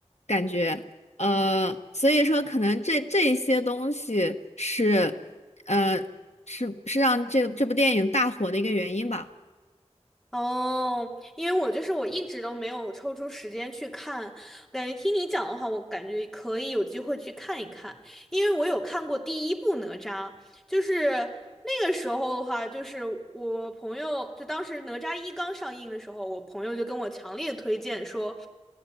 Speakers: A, on the left (about 70°); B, in the centre.
A: 感觉。呃，所以说可能这这一些东西是，呃，是是让这个这部电影大火的一个原因吧。
B: 哦，因为我就是我一直都没有抽出时间去看，感觉听你讲的话，我感觉可以有机会去看一看，因为我有看过第一部哪吒，就是那个时候的话，就是我朋友就当时哪吒一刚上映的时候，我朋友就跟我强烈推荐说，